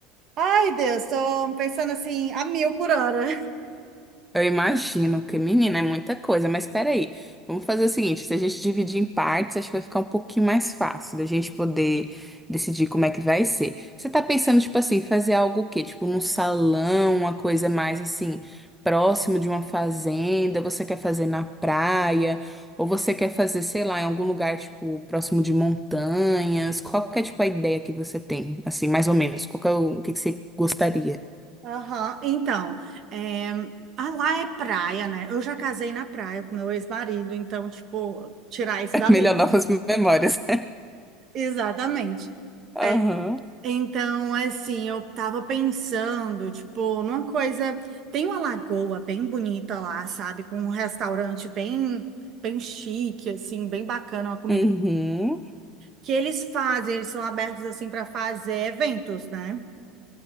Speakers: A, on the right (about 40°); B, in the centre.
A: Ai, Deus, tô pensando assim, a mil por hora.
B: Eu imagino que, menina, é muita coisa, mas peraí, vamos fazer o seguinte, se a gente dividir em partes, acho que vai ficar um pouquinho mais fácil da gente poder decidir como é que vai ser. Você tá pensando, tipo assim, fazer algo o quê? Tipo, num salão, uma coisa mais assim, próximo de uma fazenda, você quer fazer na praia, ou você quer fazer, sei lá, em algum lugar, tipo, próximo de montanhas? Qual que é, tipo, a ideia que você tem? Assim, mais ou menos, qual que é o, o que que você gostaria?
A: Aham, Então, é, ah, lá é praia, né? Eu já casei na praia com meu ex-marido, então, tipo, tirar isso
B: <laughs>
A: dali.
B: Melhorar novas memórias.
A: Exatamente.
B: <laughs> Aham.
A: É, então, assim, eu tava pensando, tipo, numa coisa. Tem uma lagoa bem bonita lá, sabe? Com um restaurante bem, bem chique, assim, bem bacana, uma comida.
B: Uhum,
A: Que eles fazem, eles são abertos, assim, para fazer eventos, né?